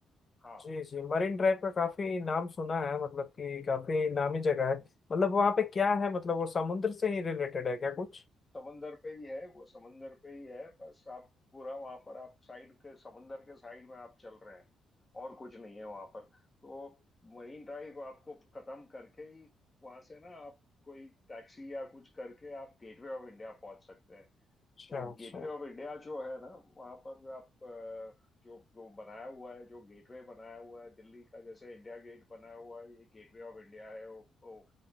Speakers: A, on the left (about 20°); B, on the left (about 35°).
A: हाँ
B: जी जी मरीन ड्राइव का काफी नाम सुना है मतलब कि काफी नामी जगह
A: हम्म,
B: है मतलब वहाँ पे क्या
A: हाँ
B: है मतलब वो समुद्र से ही रिलेटेड है क्या कुछ
A: समंदर पे ही है वो समंदर पे ही है बस आप पूरा वहां पर आप साइड के समंदर के साइड में आप चल रहे हैं और कुछ नहीं है वहां पर तो मरीन ड्राइव आपको खत्म करके ही वहां से ना आप कोई टैक्सी या कुछ करके आप गेटवे ऑफ इंडिया पहुंच सकते हैं
B: अच्छा
A: तो
B: अच्छा
A: गेटवे ऑफ इंडिया जो है ना वहाँ पर आप अ, जो जो बनाया हुआ है जो गेटवे बनाया हुआ है दिल्ली का जैसे इंडिया गेट बनाया हुआ है ये गेटवे ऑफ इंडिया है वो, वो